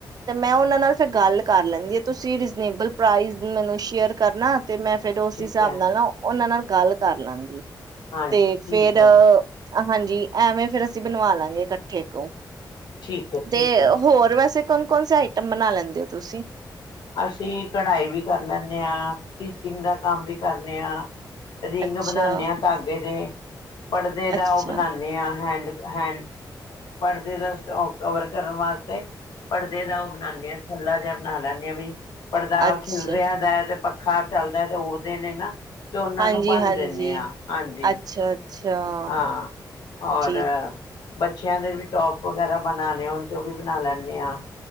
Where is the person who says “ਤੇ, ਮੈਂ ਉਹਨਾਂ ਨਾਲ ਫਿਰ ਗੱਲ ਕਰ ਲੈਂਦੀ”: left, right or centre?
Right